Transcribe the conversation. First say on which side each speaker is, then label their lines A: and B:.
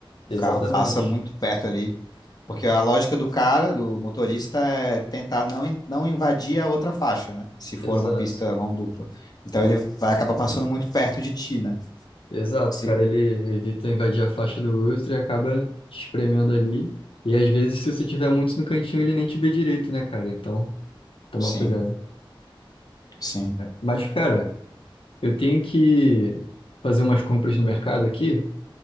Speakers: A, on the left; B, on the left.
A: O
B: Exatamente.
A: carro passa muito perto ali. Porque a lógica do cara, do motorista, é tentar não, in- não invadir a outra faixa, né? Se for
B: Exato.
A: uma pista mão dupla. Então ele vai acabar passando muito perto de ti, né?
B: Exato,
A: Se-
B: cara, ele evita invadir a faixa do outro e acaba te espremendo ali. E às vezes, se você tiver muito no cantinho, ele nem te vê direito, né, cara? Então, tomar
A: sim,
B: cuidado.
A: sim.
B: Mas, cara, eu tenho que fazer umas compras no mercado aqui,